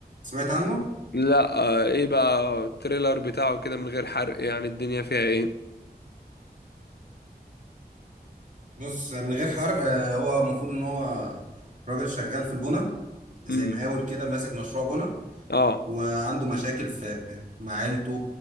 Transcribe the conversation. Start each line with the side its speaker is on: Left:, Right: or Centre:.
Right: سمعت عنه
Left: لا آه ايه بقى التريلر بتاعه كده من غير حرق يعني الدنيا فيها ايه
Right: بص من غير حرق آه، هو المفروض ان هو راجل شغال في البنا زي
Left: امم
Right: مقاول كده ماسك مشروع بنا
Left: اه
Right: وعنده مشاكل في مع عيلته